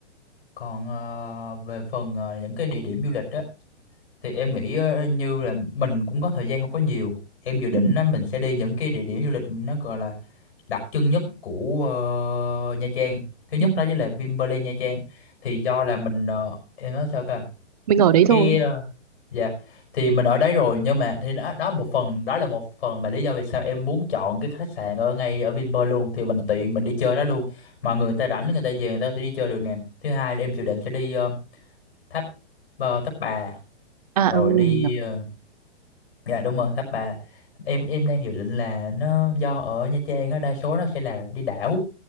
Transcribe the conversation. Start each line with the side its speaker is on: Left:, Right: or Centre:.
Left: còn ờ, về phần ờ, những cái địa điểm du lịch á thì em nghĩ ờ, như là mình cũng có thời gian không có nhiều em dự định
Right: ừ,
Left: á mình sẽ đi những cái địa điểm du lịch nó gọi là đặc trưng nhất của ờ, Nha Trang thứ nhất
Right: ừ.
Left: đó chính là Vinpearl Nha Trang thì do là mình ờ, em nói sao ta
Right: mình ở đấy
Left: cái
Right: rồi
Left: ờ, Dạ, Thì mình ở đấy rồi nhưng mà thì đó, đó một phần đó là một phần mà lý do vì sao em muốn chọn cái khách sạn ở ngay ở Vinpearl luôn thì mình tiện mình đi chơi đó luôn. mọi người ta rảnh người ta về người ta có thể đi chơi được nè. Thứ hai là em dự định sẽ đi ờ, tháp ờ, tháp bà
Right: à
Left: rồi
Right: ừ
Left: đi
Right: nhở,
Left: ờ, dạ đúng rồi tháp bà. Em em đang dự định là nó do ở Nha Trang á đa số nó sẽ là đi đảo